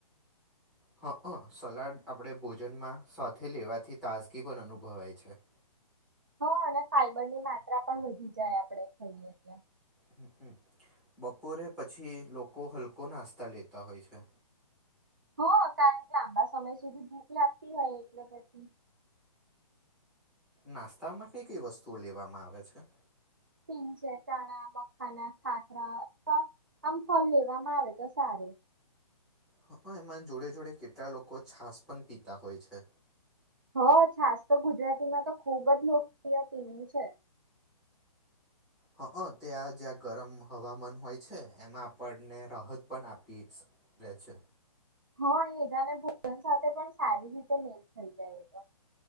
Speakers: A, in the centre; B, on the right.
A: હા હ સલાડ આપણે ભોજનમાં સાથે લેવાથી તાજગી પણ અનુભવાય છે
B: હા અને ફાઈબરની માત્રા પણ વધી જાય આપણેે ખઈએ ત
A: હ બપોરે પછી લોકો હલકો નાસ્તા લેતા હોય છે
B: હ કારણ કે લાંબા સમય સુધી ભૂખ લાગતી હોય એટલે પછી
A: નાસ્તામાં કઈ કઈ વસ્તુઓ લેવામાં આવે છે
B: સિન છે ચણા મખાના ખાતરા અથવા આમ ફલ લેવામાં આવે તો સારું
A: હ એમાં જોડે જોડે કેટલા લોકો છાસ પણ પીતા હોય છે
B: હ છાસ તો ગુજરાતીમાં તો ખુબ જ લોકપ્રિય ટનું છે
A: હં ત્યાં જ્યાં ગરમ હવામાન હોય છે એમાં આપણને રાહત પણ આપી રહેે છે
B: હા એ જા ને ભોજન સાથે પણ સારી રીતે મેલ થઈ જાય એ તો